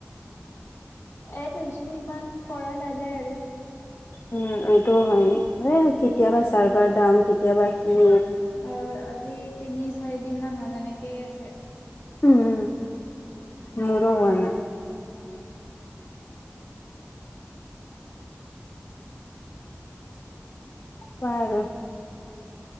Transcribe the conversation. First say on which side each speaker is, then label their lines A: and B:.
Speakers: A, on the left; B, on the left.
A: এড হৈছো, ইমান কৰা নাযায় আৰু।
B: উম এইটো হয়।
A: উম।
B: কেতিয়াবা চাৰ্ভাৰ ডাউন, কেতিয়াবা কি
A: অ আজি তিনি-চাৰি দিন মান হল, এনেকেই আছে।
B: উম, মোৰো হোৱা নাই। পা আৰু